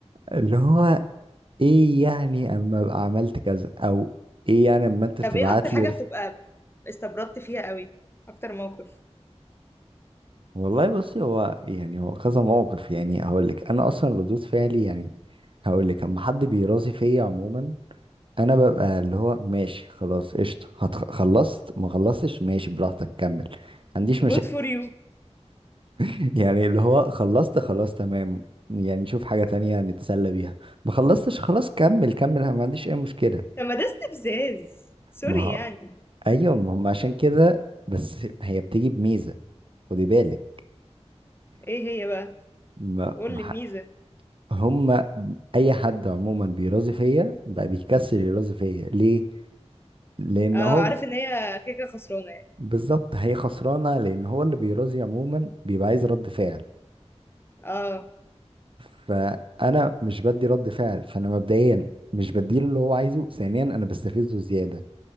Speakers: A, on the right; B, on the left.
A: اللي هو ايه يعني اما ابقى عملت كذا او ايه يعني اما انت تبعت
B: طب ايه اكتر حاجة
A: لي
B: بتبقى استبردت فيها قوي اكتر موقف
A: والله بصي هو يعني هو كذا موقف يعني هقول لك انا اصلا ردود فعلي يعني هقول لك اما حد بيراضي فيا عموما انا ببقى اللي هو ماشي خلاص قشطه هتخ- خلصت ما خلصتش ماشي براحتك كمل ما عنديش مشاكل
B: good for you
A: <laughs> يعني اللي هو خلصت خلاص تمام يعني نشوف حاجه تانية نتسلى بيها ما خلصتش خلاص كمل كمل أنا ما عنديش اي مشكله
B: طب ما ده استفزاز سوري
A: ما هو-
B: يعني
A: ايوه ما هم عشان كده بس هي بتيجي بميزه خدي بالك
B: ايه هي بقى
A: ما
B: قول
A: ما
B: لي الميزة
A: هما اي حد عموما بيرازي فيا بقى بيكسل يرازي فيا ليه لان
B: اه
A: هو
B: عارف ان هي كده كده خسرانة يعني
A: بالظبط هي خسرانه لان هو اللي بيرازي عموما بيبقى عايز رد فعل
B: اه
A: فانا مش بدي رد فعل فانا مبدئيا مش بديله اللي هو عايزه ثانيا انا بستفزه زياده